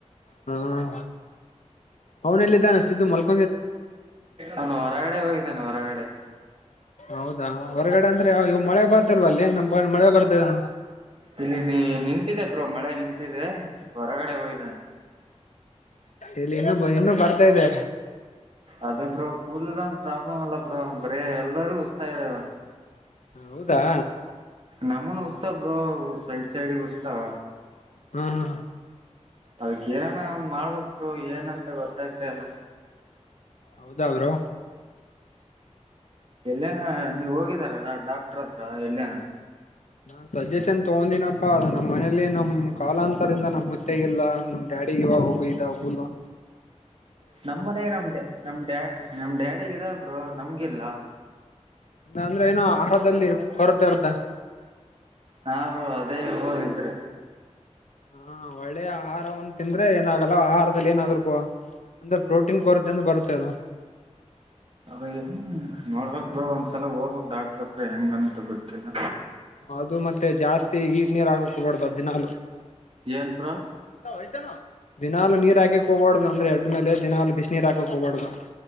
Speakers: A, on the left (about 80°); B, on the right (about 50°).
A: ಹ್ಮ ಅವನಲ್ಲಿದ್ದಾನ ಸಿದ್ದು ಮಲ್ಕ
B: ಅವನು ಹೊರಗಡೆ ಹೋಗಿದ್ದನೆ ಹೊರಗಡೆ.
A: ಹೌದಾ ಹೊರಗಡೆ ಅಂದ್ರೆ ಯಾವ ಇವಾಗ ಮಳೆ ಬರ್ತಿಲ್ವ ಅಲ್ಲಿ ನಮ್ ಲಿ ಮಳೆ ಬರ್ತಿದೆ.
B: ಇಲ್ಲಿ ನೀ ನಿಂತಿದೆೆ ಬ್ರೋ ಮಳೆ ನಿಂತಿದೆ. ಹೊರಗಡೆ ಹೋಗಿದ್ದಾನೆ
A: ಇಲ್ಲಿ ಇನ್ನು ಇನ್ನು ಬರ್ತಾ ಇದೆ.
B: ಅದೇ ಬ್ರೋ ಕೂದ್ಲದೊಂದು ಪ್ರಾಬ್ಲಮ್ ಅಲ್ಲ ಬ್ರೋ ಬರೇ ಎಲ್ಲರೂ ಉಸ್ತಾ ಇದಾವೆ.
A: ಹೌದಾ
B: ನಮ್ಮನು ಉಸ್ತವ ಬ್ರೋ ಅವು ಸೈಡ್ ಸೈಡ್ ಗ ಉಸ್ತಾವ.
A: ಹಾ ಹಾ
B: ಅದಕ್ಕ ಏನಾನ ಒನ್ ಮಾಡ್ಬೇಕ ಬ್ರೋ ಏನಂತ ಗೊತ್ತಾಗ್ತಿಲ್ಲ.
A: ಹೌದಾ ಬ್ರೋ
B: ಎಲ್ಲೇನ ನೀವು ಹೋಗಿದಾರ ಡಾ ಡಾಕ್ಟರ್ ಹತ್ರ ಎಲ್ಲೇನ.
A: ನಾ ಸಜೆಷನ್ ತಗೊಂದನಪ್ಪಾ ಅದ ನಮ್ಮ ಮನೇಲಿ ನಮ್. ಕಾಲಾಂತರದಿಂದ ನಮ್ಮ ಮುತ್ತಗಲ್ಲ ನಮ್ ಡ್ಯಾಡಿ ಇವಾಗ ಹೋಗಿದಾವ ಕೂದ್ಲಾ.
B: ನಮ್ ಮನ್ಯಾಗ ನಮ ನಮ್ ಡ್ಯಾ ನಮ್ ಡ್ಯಾಡಿ ಗ ಇದಾವ ಬ್ರೋ ನಮ್ಗಿಲ್ಲ.
A: ಅಂದ್ರೆ ಏನೋ ಆಹಾರದಲ್ಲಿ ಕೊರತೆ ಇರ್ತ.
B: ಹಾ ಬ್ರೋ ಅದೇ ಇರಬಹುದ ಇದ್ರ.
A: ಹಾ ಒಳ್ಳೆ ಆಹಾರವನ್ನು ತಿಂದ್ರೆ ಏನಾಗಲ್ಲ ಆಹಾರದಲ್ಲಿ ಏನಾದ್ರು ಪ ಅಂದ್ರ ಪ್ರೋಟೀನ್ ಕೊರತೆೆಯಿಂದ ಬರುತ್ತೆ ಅದು.
B: ಅದ ಏನ ನೋಡ್ಬೇಕ ಬ್ರೋ ಒಂದ್ಸಲ ಹೋಗ್ಬೇಕ ಡಾಕ್ಟ್ರ ಹತ್ರ ಹೆಂಗಂತ ಗೊತ್ತಿಲ್ಲ.
A: ಅದು ಮತ್ತೆ ಜಾಸ್ತಿ ಹಿಟ್ ನೀರ್ ಆಕಕ ಹೋಗಬಾರ್ದು ಅದ ದಿನಾಲು.
B: ಎನ ಭ್ರ.
A: <unintelligible> ದಿನಾಲು ನೀರ ಹಾಕೆಕ ಹೋಗಬಾಡದ ಅಂದ್ರೆ ಎಡ ಮೇಲೆ ದಿನಾಲ ಬಿಸ ನೀರ ಹಾಕಕ ಹೋಗಬಾಡದು.